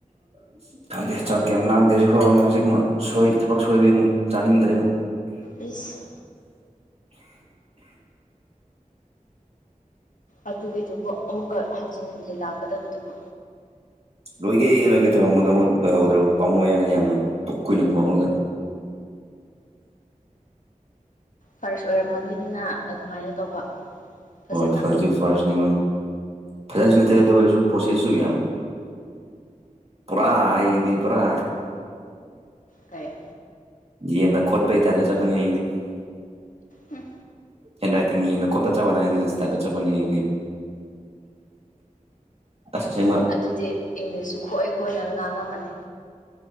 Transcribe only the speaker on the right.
<inaudible> ꯈꯪꯗꯦ ꯆꯥꯛ ꯀꯩ ꯂꯥꯟꯗꯦ ꯍꯧꯖꯤꯛꯐꯥꯎꯕ ꯑꯃ ꯍꯧꯖꯤꯛ ꯊꯕꯛ ꯁꯣꯏꯕꯩꯃꯨꯛ ꯆꯥꯅꯤꯡꯗ꯭ꯔꯦ ꯑꯃꯨꯛ
ꯂꯣꯏꯒꯦ ꯂꯣꯏꯒꯦ ꯇꯧꯔꯝꯃꯒ ꯑꯃꯨꯛ ꯂꯣꯏꯍꯧꯗ꯭ꯔꯕꯗꯣ ꯄꯥꯃꯣ ꯌꯥꯅ ꯌꯥꯝꯅ ꯀꯨꯏꯅ ꯄꯨꯝꯝꯃꯒ
ꯍꯣꯏ ꯐꯔ ꯐꯔꯁꯅꯤꯉꯣꯏ ꯐꯖꯅꯁꯨ ꯅꯠꯇꯦ ꯑꯗꯨ ꯑꯣꯏꯔꯁꯨ ꯄꯣꯠꯁꯦꯠꯁꯨ ꯌꯥꯝ ꯄꯨꯔꯥ ꯑꯩꯒꯤꯗꯤ ꯄꯨꯔꯥ
ꯌꯦꯅ ꯈꯣꯠ ꯄꯩ ꯇꯌꯞꯇ ꯆꯠꯄꯅꯤ
ꯍꯦꯟꯟꯔꯥꯏꯇꯤꯡ ꯌꯦꯅꯥ ꯈꯣꯠꯄꯩ ꯆꯄ ꯅꯅ ꯑꯗꯨ ꯇ ꯑꯗꯨ ꯆꯄꯅꯤ ꯑꯩꯗꯤ ꯑꯁꯦꯡꯕ